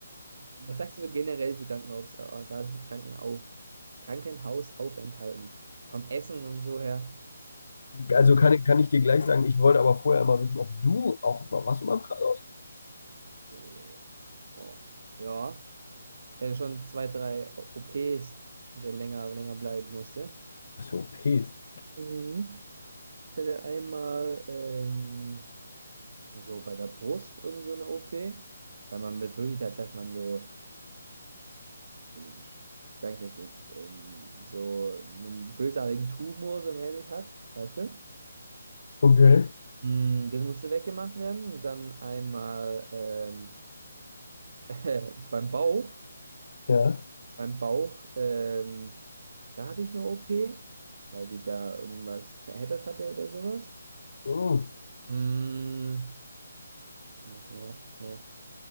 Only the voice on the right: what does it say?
was sagst du so generell zu Krankenhaus, äh, Krankenauf, Krankenhausaufenthalten? Vom Essen und so her. Also,
äh, oh, ja. Ich hatte schon zwei, drei O- OPs, wo ich dann länger, länger bleiben musste.
Mhm. Ich hatte einmal ähm, so bei der Brust irgend so eine OP, weil man befürchtet hat, dass man so, ich sage das jetzt, ähm, so einen bösartigen Tumor so mäßig hat, weißt du?
Mm, Das musste weggemacht werden. Und Dann einmal ähm, <laughs> beim Bauch.
Beim Bauch, ähm, da hatte ich eine OP, weil sich da irgendwas verheddert hatte oder sowas.
Mm, Was noch? Was noch?